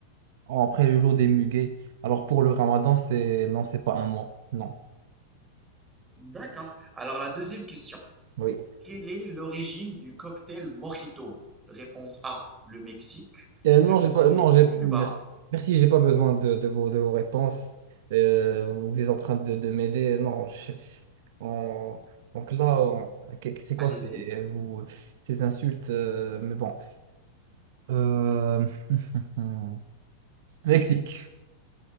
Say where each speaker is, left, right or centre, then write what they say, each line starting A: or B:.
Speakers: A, on the right; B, on the right.
A: après le jour des muguets. Alors pour le Ramadan, c'est non, c'est pas un mois. Non.
B: D'accord. Alors la deuxième question.
A: Oui.
B: Quelle est l'origine du cocktail Mojito? Réponse A, le Mexique.
A: Euh,
B: Réponse
A: non, j'ai pas,
B: B,
A: non, j'ai,
B: Cuba.
A: merci. Merci, j'ai pas besoin de, de vos, de vos réponses. Euh, vous êtes en train de, de m'aider. Non, je- on- donc là, on- qu'est- c'est quoi
B: Allez-y.
A: ces, vous- ces insultes? euh, mais bon. Euh, <laughs> Mexique.